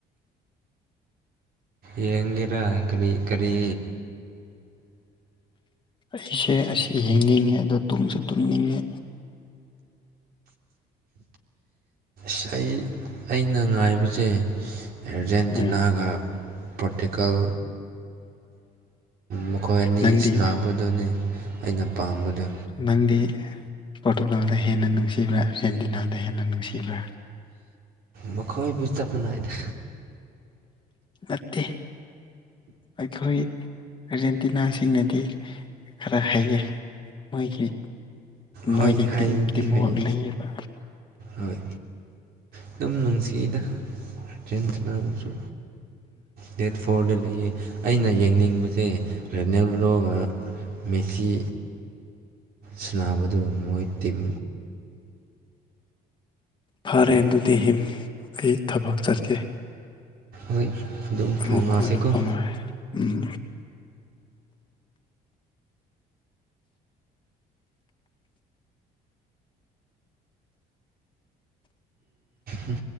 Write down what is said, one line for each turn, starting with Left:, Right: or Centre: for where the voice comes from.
Right: ꯌꯦꯡꯒꯔꯥ ꯀꯔꯤ ꯀꯔꯤ
Left: ꯑꯩꯁꯦ ꯑꯁ ꯌꯦꯡꯅꯤꯡꯉꯦ ꯑꯗꯣ ꯇꯨꯝꯁꯨ ꯇꯨꯝꯅꯤꯡꯉꯦ
Right: ꯁ ꯑꯩ ꯑꯩꯅ ꯉꯥꯏꯕꯁꯦ ꯑꯔꯖꯦꯟꯇꯤꯅꯥꯒ
Left: ꯎꯝ
Right: ꯄ꯭ꯔꯣꯇꯤꯀꯜ ꯃꯈꯣꯏ ꯑꯅꯤ
Left: ꯅꯪꯗꯤ
Right: ꯁꯟꯅꯕꯗꯨꯅꯤ ꯑꯩꯅ ꯄꯥꯝꯕꯗ
Left: ꯅꯪꯗꯤ ꯄꯣꯔꯇꯨꯒꯥꯜꯗ ꯍꯦꯟꯅ ꯅꯨꯡꯁꯤꯕ꯭ꯔꯥ ꯑꯥꯔꯖꯦꯟꯇꯤꯅꯥꯗ ꯍꯦꯟꯅ ꯅꯨꯡꯁꯤꯕ꯭ꯔꯥ
Right: ꯃꯈꯣꯏꯕꯨ ꯆꯞ ꯃꯅꯥꯏꯗ
Left: ꯅꯠꯇꯦ ꯑꯩꯈꯣꯏ ꯑꯥꯔꯖꯦꯟꯇꯤꯅꯥꯁꯤꯡꯅꯗꯤ ꯈꯔ ꯍꯩꯌꯦꯩ ꯃꯣꯏꯒꯤ
Right: ꯍꯣꯏ
Left: ꯅꯣꯏꯗꯤ
Right: ꯍꯩꯕꯨꯗꯤ
Left: ꯇꯝ ꯇꯤꯃꯣꯛ
Right: ꯍꯩ
Left: ꯂꯩꯌꯦꯕ
Right: ꯍꯣꯏ ꯑꯗꯨꯝ ꯅꯨꯡꯁꯤꯅ ꯆꯦꯟꯕꯨꯁꯨ ꯗꯦꯠ ꯐꯣꯔꯗ ꯂꯩꯌꯦ ꯑꯩꯅ ꯌꯦꯡꯅꯤꯡꯕꯁꯦ ꯔꯦꯅꯦꯂꯣꯒ ꯃꯦꯊꯤ ꯁꯨꯕꯗꯨ ꯃꯣꯏ ꯇꯤꯝ
Left: ꯐꯔꯦ ꯑꯗꯨꯗꯤ ꯍꯝ ꯑꯩ ꯊꯕꯛ ꯆꯠꯀꯦ
Right: ꯍꯣꯏ ꯑꯗꯨꯝ
Left: ꯑꯃꯨꯛ
Right: ꯐꯣꯡꯅꯁꯤꯦꯀꯣ
Left: ꯀꯣꯟꯅ ꯐꯥꯎꯅꯔꯦ
Right: ꯎ
Left: ꯎꯝ
Right: ꯎ